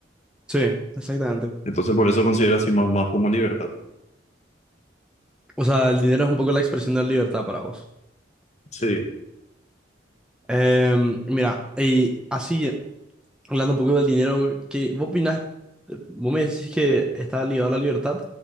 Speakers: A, in the centre; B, on the left (about 35°).
A: Sí, exactamente.
B: Entonces, por eso considero así más, más como libertad.
A: O sea, el dinero es un poco la expresión de la libertad para vos.
B: Sí.
A: Em, mira, y así, hablando un poco del dinero, ¿qué, vos opinás? Vos me decís que está ligado a la libertad,